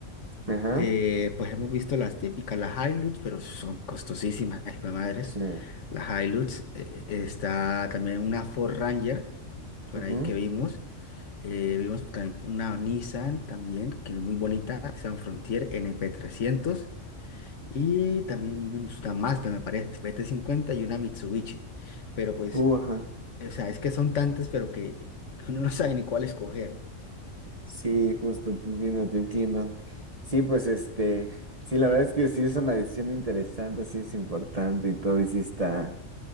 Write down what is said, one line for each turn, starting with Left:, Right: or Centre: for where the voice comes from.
Right: Ajá.
Left: eh, pues hemos visto las típicas, las Hilux, pero son costosísimas, <laughs> hijo de madres.
Right: Sí.
Left: Las Hilux, eh, eh, está también una Ford Ranger, por
Right: Ujú.
Left: ahí que vimos. Eh, vimos también una Nissan también, que es muy bonita, Nissan Frontier np trescientos Y también vimos una Mazda, me parece, bt cincuenta y una Mitsubishi. Pero pues,
Right: Uh, ajá.
Left: o sea, es que son tantas, pero que que uno no sabe ni cuál escoger.
Right: Sí, justo, te entiendo, te entiendo. Sí, pues este. Sí, la verdad es que sí es una decisión interesante, sí es importante y todo, y sí está.